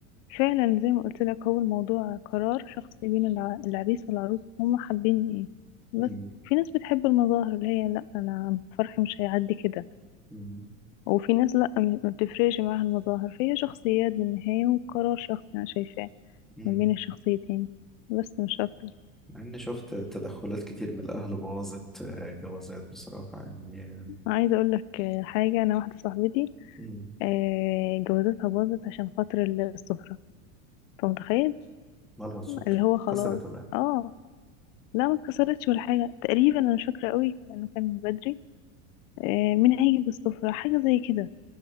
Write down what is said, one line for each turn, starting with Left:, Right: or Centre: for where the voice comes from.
Left: فعلا زي ما قلت لك هو الموضوع قرار شخصي بين الع- العريس والعروس هما حابين ايه
Centre: مم.
Left: بس في ناس بتحب المظاهر اللي هي لا انا فرحي مش هيعدي كده
Centre: مم.
Left: وفي ناس لا م- ما بتفرقش معاها المظاهر فهي شخصيات بالنهاية وقرار شخصي انا شايفاه
Centre: مم.
Left: ما بين الشخصيتين بس مش اكتر
Centre: مع اني شفت تدخلات كتير من الاهل بوظت آه، جوازات بصراحة يعني
Left: عايزه اقول لك حاجه انا واحده صاحبتي
Centre: مم.
Left: آه، جوازتها باظت عشان خاطر السفره انت متخيل
Centre: مالها السفرة
Left: اللي هو خلاص
Centre: كسرت ولا إيه؟
Left: اه لا ما اتكسرتش ولا حاجه تقريبا انا مش فاكره قوي لانه كان من بدري آه، مين هيجي بالسفرة حاجة زي كده